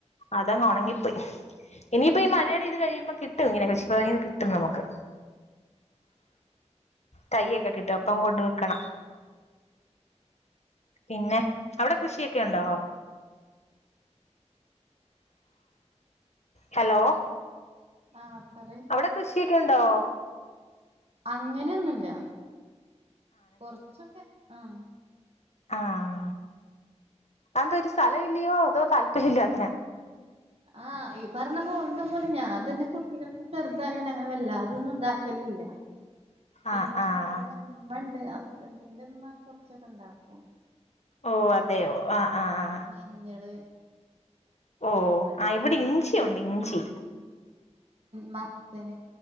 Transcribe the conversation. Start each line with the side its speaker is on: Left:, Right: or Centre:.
Left: അതങ്ങ് ഉണങ്ങിപ്പോയി ഇനിയിപ്പോ ഈ മഴയുടെ ഇത് കഴിയുമ്പോ കിട്ടും ഇങ്ങനെ കൃഷിഭവനീന്ന് കിട്ടും നമുക്ക് തൈഒക്കെ കിട്ടും അപ്പൊ കൊണ്ട് വെക്കണം പിന്നെ അവിടെ കൃഷിയൊക്കെ ഒക്കെ ഉണ്ടോ ഹലോ
Right: ആഹ് പറയ്
Left: അവിടെ കൃഷിയൊക്കെ ഉണ്ടോ
Right: അങ്ങനെയൊന്നുംല്ല കൊറച്ചൊക്കെ ആഹ
Left: ആഹ അന്ത ഒരു സ്ഥലം ഇല്ലയോ അതോ താല്പര്യ ഇല്ല അദ്ദേഹം
Right: ആഹ ഈ പറഞ്ഞ പോകണ്ട പോലെ ഞാൻ തന്നെ കുട്ടികളൊക്കെ ചെറുതായണ്ട് അങ്ങനെ വല്ലാതൊന്നും ഉണ്ടാക്കലില്ല പിന്നെ
Left: ആഹ് ആഹ്
Right: ഇവിടെ അമ്മണ്ട് ഹുസ്‌ബെന്റി ഉമ്മ കൊറച്ചൊക്കെ ഇണ്ടാക്കും
Left: ഓ അതെയോ ആഹ് ആഹ്
Right: മഞ്ഞള്
Left: ഓ ആ ഇവിടെ ഇഞ്ചിയുണ്ട് ഇഞ്ചി
Right: മത്തൻ